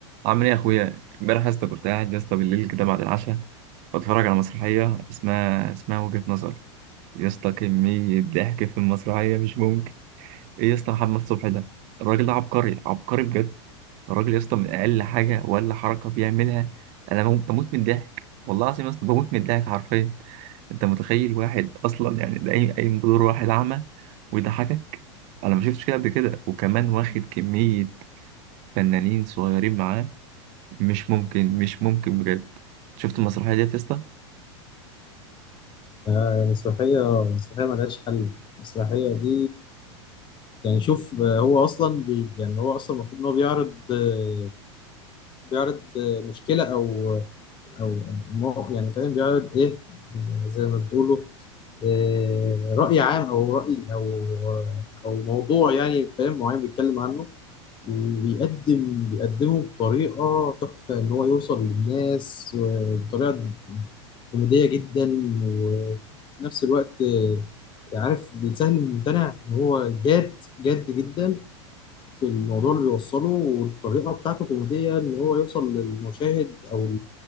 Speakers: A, on the right; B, on the left.
A: عامل ايه يا اخويا امبارح يا اسطى كنت قاعد يا اسطى بالليل كده بعد العشاء بتفرج على مسرحيه اسمها اسمها وجهة نظر يا اسطى كميه ضحك في المسرحيه مش ممكن ايه يا اسطى محمد صبحي ده الراجل ده عبقري عبقري بجد الراجل يا اسطى من اقل حاجه ولا حركه بيعملها انا بموت بموت من الضحك والله العظيم يا اسطى بموت من الضحك حرفيا انت متخيل واحد اصلا يعني ده اي اي بدور واحد اعمى ويضحكك انا ما شفتش كده قبل كده وكمان واخد كميه فنانين صغيرين معاه مش ممكن مش ممكن بجد شفت المسرحية ديت يا اسطى
B: آه، مسرحية مسرحية ملهاش حل المسرحية دي يعني شوف آه، هو أصلا بي يعني هو أصلا المفروض إن هو بيعرض آه، بيعرض آه، مشكلة أو أو مو- يعني فاهم بيعرض إيه زي ما بتقولوا آه، رأي عام أو رأي أو أو موضوع يعني فاهم معين بيتكلم عنه وبيقدم بيقدمه بطريقة تحفة إن هو يوصل للناس و- بطريقة كوميدية جدا وفي نفس الوقت آه، عارف بيسهل الممتنع إن هو جاد جاد جدا في الموضوع اللي بيوصله والطريقة بتاعته كوميدية إن هو يوصل للمشاهد أو ال-